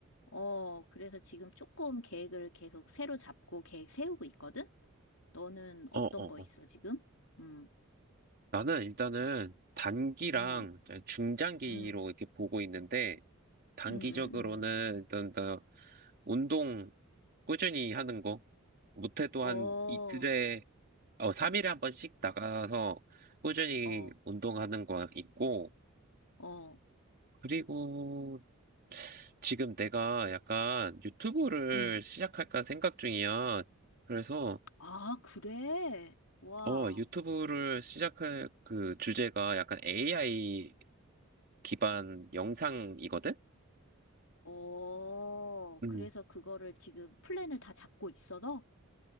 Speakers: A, on the left (about 80°); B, on the right (about 45°).
A: 어, 그래서 지금 조금 계획을 계속 새로 잡고 계획 세우고 있거든? 너는 어떤
B: 어, 어,
A: 거 있어, 지금? 음,
B: 나는 일단은 단기랑
A: 음,
B: 중장기로
A: 음,
B: 이렇게 보고 있는데, 단기적으로는
A: 음, 음, 음.
B: 일단 나 운동 꾸준히 하는 거, 못해도
A: 어,
B: 한 이틀에, 어, 3일에 한 번씩 나가서 꾸준히
A: 어,
B: 운동하는 거 있고,
A: 어,
B: 그리고 지금 내가 약간 유튜브를
A: 음.
B: 시작할까 생각 중이야. 그래서,
A: 아, 그래? 와,
B: 어, 유튜브를 시작할 그 주제가 약간 AI 기반 영상이거든?
A: 어,
B: 음.
A: 그래서 그거를 지금 플랜을 다 잡고 있어, 너?